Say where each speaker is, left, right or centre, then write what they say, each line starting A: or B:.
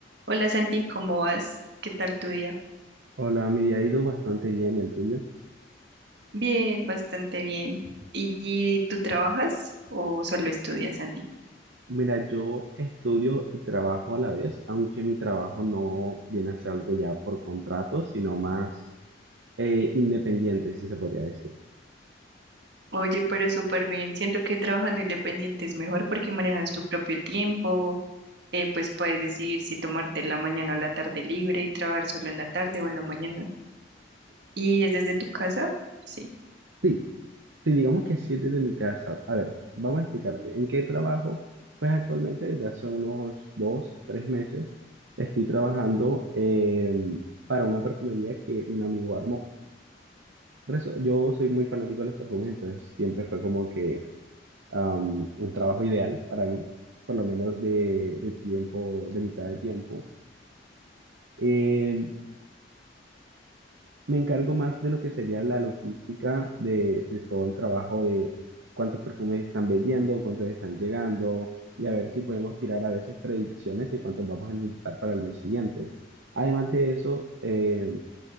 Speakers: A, on the right; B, on the right.
A: Hola Santi, ¿cómo vas? ¿Qué tal tu día?
B: Hola, mi día ha ido bastante bien, ¿y el tuyo?
A: Bien, bastante bien. ¿Y tú trabajas o solo estudias, Santi?
B: Mira, yo estudio y trabajo a la vez, aunque mi trabajo no viene a ser algo ya por contrato, sino más eh, independiente, si se podría decir.
A: Oye, pero súper bien. Siento que trabajando independiente es mejor porque manejas tu propio tiempo, eh, pues puedes decidir si tomarte la mañana o la tarde libre y trabajar solo en la tarde o en la mañana. ¿Y es desde tu casa? Sí.
B: Sí, sí, digamos que sí desde mi casa. A ver, vamos a explicarte. ¿En qué trabajo? Pues actualmente desde hace unos dos, tres meses estoy trabajando eh, para una perfumería que un amigo armó. Resu- Yo soy muy fanático de los perfumes, entonces siempre fue como que am, un trabajo ideal para mí, por lo menos de, de tiempo, de mitad de tiempo. Eh, me encargo más de lo que sería la logística de, de todo el trabajo de cuántos perfumes están vendiendo, cuántos están llegando y a ver si podemos tirar a veces predicciones de cuántos vamos a necesitar para el mes siguiente. Además de eso, eh,